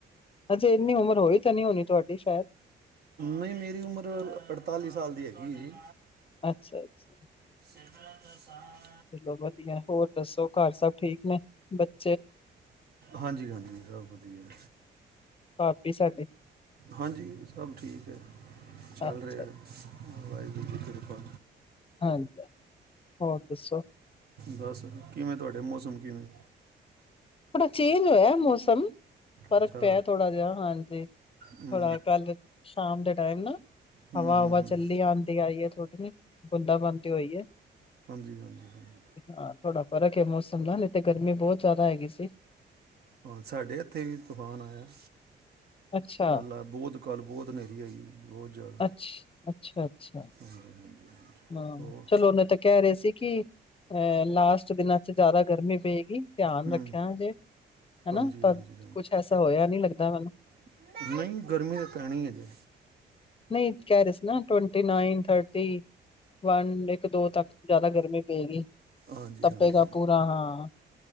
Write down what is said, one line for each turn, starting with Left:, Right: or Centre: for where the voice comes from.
Left: ਹਜੇ ਇੰਨੀ ਉਮਰ ਹੋਈ ਤਾਂ ਨੀ ਹੋਣੀ ਤੁਆਡੀ। ਹੋਰ
Right: ਨਈਂ ਮੇਰੀ ਉਮਰ ਅੜਤਾਲੀ ਸਾਲ ਦੀ ਹੈਗੀ ਐ ਜੀ।
Left: ਅੱਛਾ, ਅੱਛਾ।
Right: <inaudible>
Left: ਚਲੋ ਵਧੀਆ ਹੋਰ ਦੱਸੋ ਘਰ ਸਭ ਠੀਕ ਨੇ। ਬਚ
Right: ਹਾਂਜੀ, ਹਾਂਜੀ ਸਭ ਵਧੀਆ।
Left: ਭਾਬੀ ਸਾਡੀ
Right: ਹਾਂਜੀ ਸਭ ਠੀਕ ਐ, ਚੱਲ
Left: ਅੱਛਾ
Right: ਰਿਹਾ ਬਸ ਵਾਹਿਗੁਰੂ ਦੀ ਕਿਰਪਾ
Left: ਹਾਂਜੀ, ਹੋਰ ਦੱਸੋ
Right: ਬਸ ਕਿਵੇਂ ਤੁਹਾਡੇ ਮੌਸਮ ਕਿਵੇਂ
Left: ਥੋੜ੍ਹਾ ਚੇਂਜ ਹੋਇਆ, ਮੌਸਮ। ਫਰਕ
Right: ਅੱਛਾ
Left: ਪਿਆ ਥੋੜਾ ਜਿਹਾ, ਹਾਂਜੀ ਥੋੜਾ
Right: ਹੂੰ
Left: ਕੱਲ ਸ਼ਾਮ ਦੇ ਟਾਈਮ ਨਾ।
Right: ਹੂੰ
Left: ਹਵਾ,
Right: ਹੂੰ
Left: ਹਵਾ
Right: ਹੂੰ।
Left: ਚੱਲੀ ਆੰਦੀ ਆਈ ਐ, ਥੋੜ੍ਹੀ ਨ ਬੁੰਦਾ ਬੰਦੀ ਹੋਈ ਐ,
Right: ਹਾਂਜੀ ਹਾਂਜੀ ਹਾਂਜੀ
Left: ਹਾਂ ਥੋੜਾ ਫਰਕ ਏ ਮੌਸਮ ਦਾ ਨਈਂ ਤੇ ਗਰਮੀ ਬਹੁਤ ਜ਼ਿਆਦਾ ਹੈਗੀ ਸੀ। <unintelligible>
Right: ਹਾਂ, ਸਾਡੇ ਇੱਥੇ ਵੀ ਤੂਫਾਨ ਆਇਆ।
Left: ਅੱਛਾ
Right: ਕਲ ਅ ਬੋਤ ਕੱਲ੍ਹ ਬਹੁਤ ਨੇਰ੍ਹੀ ਆਈ ਏ ਬਹੁਤ ਜ਼ਿਆਦਾ
Left: ਅੱਛ ਅੱਛਾ। ਅੱਛਾ।
Right: ਹਾਂਜੀ ਹਾਂਜੀ ਹਾਂਜੀ
Left: ਹਾਂ
Right: ਹੋਰ
Left: ਚਲੋ ਨਹੀਂ ਤੇ ਕਹਿ ਰਹੇ ਸੀ ਕਿ, ਅ ਲਾਸਟ ਦਿਨਾਂ ਚ ਜ਼ਿਆਦਾ ਗਰਮੀ ਪਏਗੀ ਧਿਆਨ
Right: ਹੂੰ
Left: ਰੱਖਿਆ ਜੇ ਹਨਾਂ!
Right: ਹਾਂਜੀ
Left: ਪਰ
Right: ਹਾਂਜੀ
Left: ਕੁਛ ਐਸਾ ਹੋਇਆ ਨੀ ਲੱਗਦਾ ਮੈਨੂੰ।
Right: ਹਾਂਜੀ ਨਹੀਂ ਗਰਮੀ ਤਾਂ ਪੈਣੀ ਹੈ ਜੀ
Left: ਨਈਂ ਕਹਿ ਰਹੇ ਸੀ ਨਾ twenty nine, thirty. One, ਇੱਕ, ਦੋ, ਤੱਕ। ਜ਼ਿਆਦਾ ਗਰਮੀ ਪਏਗੀ।
Right: ਹਾਂਜੀ,
Left: ਤਪੇਗਾ
Right: ਹਾਂਜੀ,
Left: ਪੂਰਾ ਹਾਂ